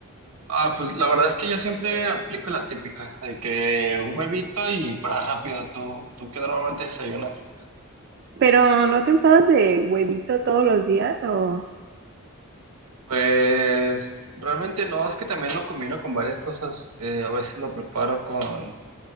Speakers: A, on the right (about 85°); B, on the right (about 50°).
A: Ah, pues la verdad es que yo siempre aplico la típica, de que un huevito y para rápido, ¿tú, tú qué normalmente desayunas?
B: Pero ¿no te enfadas de huevito todos los días o
A: Pues realmente no, es que también lo combino con varias cosas. Eh, a veces lo preparo con,